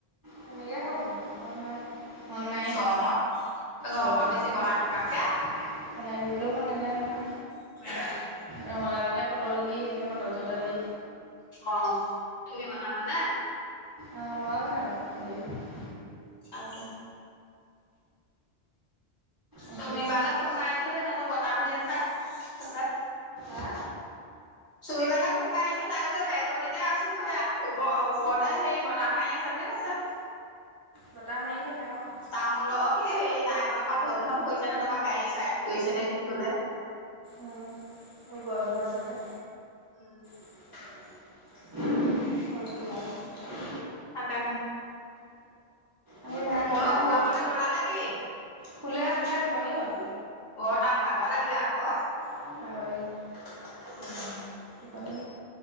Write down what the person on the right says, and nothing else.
তেনেকে খাব পাৰি, মই ইমান মন নাই,
গৰমত।
বনাই দিবলেও মন নাযায় নহয়।
ৰঙালাওতে পটল দি এনেকে পটল চটল দি
অ', ময়ে বনালোঁ <unintelligible>
আহি
আ
বতাহ মাৰি থাকে অ'।
উম, গছজোপা আছে যে।
<inaudible>
আমি ভাত
খামহে
এতিয়া
শুলে, শুলে টোপনি গ'ল।
<unintelligible> ভাগৰ লাগিল!
টোপনি